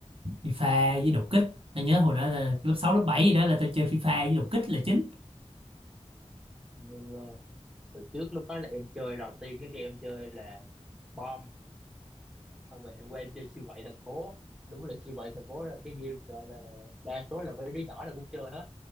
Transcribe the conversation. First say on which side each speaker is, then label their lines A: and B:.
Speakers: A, on the right; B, in the centre.
A: FIFA với đột kích tao nhớ hồi đó là lớp 6 lớp 7 gì đó là tao chơi FIFA với đột kích là chính
B: như ờ, hồi trước lúc đó là em chơi đầu tiên cái game em chơi là bom sau về em quen chơi siêu quậy thành phố đúng là siêu quậy thành phố là cái game gọi là đa số là mấy đứa nhỏ là cũng chơi hết